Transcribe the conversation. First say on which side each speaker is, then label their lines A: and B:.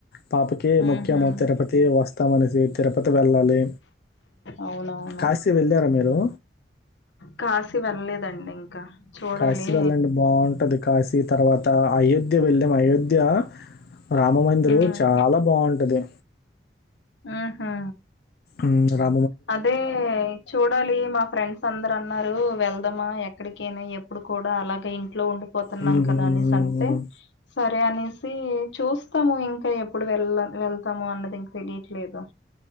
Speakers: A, on the left (about 55°); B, on the left (about 80°).
A: పాపకే
B: హుహు.
A: ముఖ్యము తిరుపతి తీ వస్తామనేసి తిరుపతి వెళ్ళాలి
B: అవును అవును
A: కాశీ వెళ్ళారా మీరు
B: కాశీ వెళ్లలేదండి ఇంకా చూడాలి.
A: కాశీ వెళ్ళండి బాగుంటది కాశీ తర్వాత అయోధ్య వెళ్ళాం అయోధ్య రామమందిరం
B: హ్మ్.
A: చాలా బాగుంటది
B: ఆహా
A: ఊ రా
B: అదే చూడాలి మా ఫ్రెండ్స్ అందరు అన్నారు వెళ్దామా ఎక్కడికేనా ఎప్పుడు కూడా అలాగ ఇంట్లో ఉం పోతున్నాం
A: హ్మ్.
B: కదా అనేసి అంటే
A: హ్మ్.
B: సరే అనేసి చూస్తాము ఇంకా ఎప్పుడు వెళ్ల వెళ్తాము అన్నది ఇంక తెలియట్లేదు